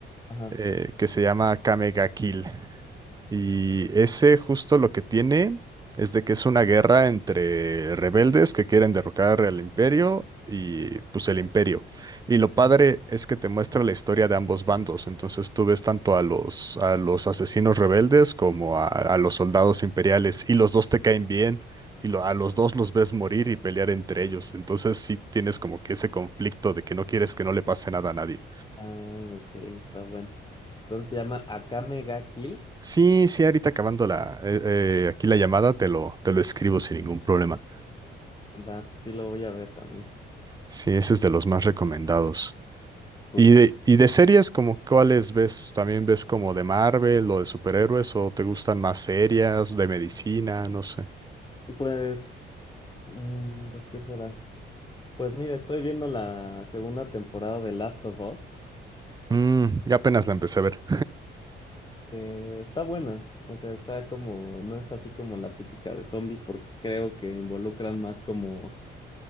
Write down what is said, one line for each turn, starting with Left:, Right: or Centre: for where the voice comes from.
Left: Ajá.
Right: eh, que se llama Kamega Kill. Y ese justo lo que tiene es de que es una guerra entre rebeldes que quieren derrocar al imperio y pues el imperio. Y lo padre
Left: ajá.
Right: es que te muestra la historia de ambos bandos. Entonces tú ves tanto a los, a los asesinos rebeldes como a, a los soldados imperiales y los dos te caen bien. Y lo- a los dos los ves morir y pelear entre ellos. Entonces sí tienes como que ese conflicto de que no quieres que no le pase nada a nadie.
Left: Ah, ok, está bueno. Entonces se llama Akame ga Kill.
Right: Sí, sí, ahorita acabando la, eh, eh, aquí la llamada, te lo, te lo escribo sin ningún problema.
Left: Va, pues sí lo voy a ver también.
Right: Sí, ese es de los más recomendados.
Left: Súper.
Right: ¿Y de, y de series como cuáles ves? ¿También ves como de Marvel o de superhéroes o te gustan más serias, de medicina? No sé.
Left: Pues, mm, pues, ¿qué será? Pues mira, estoy viendo la segunda temporada de Last of Us,
Right: Mm, ya apenas la empecé a ver.
Left: que está buena. O sea, está como, no es así como la típica de zombies, porque creo que involucran más como,